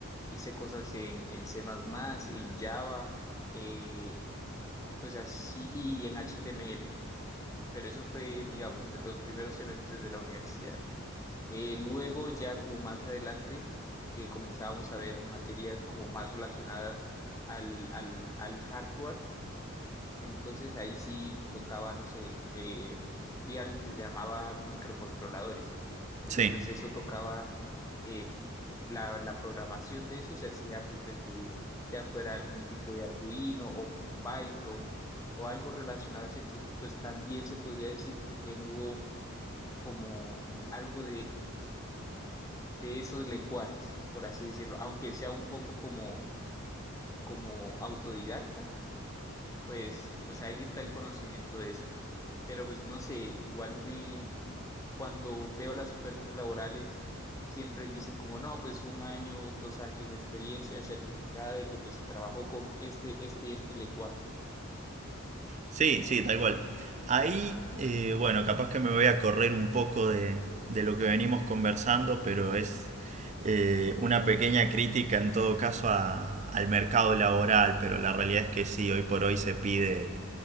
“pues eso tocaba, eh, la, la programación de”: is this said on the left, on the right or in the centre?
Left